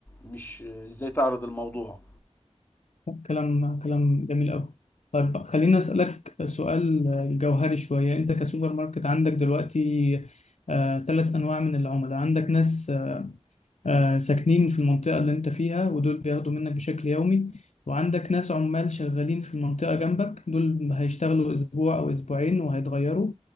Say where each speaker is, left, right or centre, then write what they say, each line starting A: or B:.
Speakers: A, on the left; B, on the left.
A: مش آه، ازاي تعرض الموضوع
B: كلام كلام جميل قوي طيب خليني أسألك سؤال جوهري شوية أنت كسوبر ماركت عندك دلوقتي آه، ثلاث أنواع من العملاء عندك ناس آه، ساكنين في المنطقة اللي انت فيها ودول بياخدوا منك بشكل يومي وعندك ناس عمال شغالين في المنطقة جنبك دول هيشتغلوا أسبوع أو أسبوعين وهيتغيروا